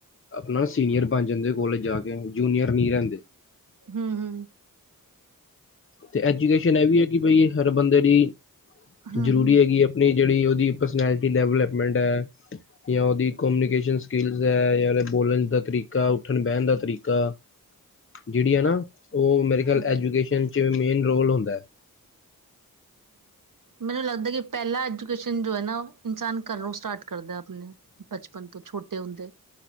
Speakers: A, on the left; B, on the right.
A: ਆਪਣਾ ਸੀਨੀਅਰ ਬਣ ਜਾਂਦੇ ਕੋਲਜ ਜਾ ਕੇ ਜੂਨੀਅਰ ਨਹੀਂ ਰਹਿੰਦੇ
B: ਹਮ -ਹਮ
A: ਤੇ ਐਜੂਕੇਸ਼ਨ ਇਹ ਵੀ ਹੈ ਕਿ ਬਈ, ਹਰ ਬੰਦੇ ਦੀ
B: ਹਮ
A: ਜ਼ਰੂਰੀ
B: ਹਮ
A: ਹੈਗੀ ਹੈ ਉਹ ਜਿਹੜੀ, ਉਹਦੀ ਪਰਸਨੈਲਿਟੀ ਡਿਵੈਲਪਮੈਂਟ ਹੈ ਜਾਂ ਉਹਦੀ ਕੋਮਿਊਨੀਕੇਸ਼ਨ ਸਕਿੱਲਸ ਹੈ, ਜਾਂ ਉਹਦੇ ਬੋਲਣ ਦਾ ਤਰੀਕਾ, ਉੱਠਣ- ਬਹਿਣ ਦਾ ਤਰੀਕਾ ਜਿਹੜੀ ਆ ਨਾ, ਉਹ ਮੇਰੇ ਖਿਆਲ
B: ਹਮ
A: ਐਜੂਕੇਸ਼ਨ 'ਚ ਮੇਨ ਰੋਲ ਹੁੰਦਾ ਹੈ
B: ਮੈਨੂੰ ਲੱਗਦਾ ਕਿ ਪਹਿਲਾ ਐਜੂਕੇਸ਼ਨ ਜੋ ਹੈ ਨਾ, ਇਨਸਾਨ ਘਰੋਂ ਸਟਾਰਟ ਕਰਦਾ ਆਪਣੇ ਬਚਪਨ ਤੋਂ ਛੋਟੇ ਹੁੰਦੇ,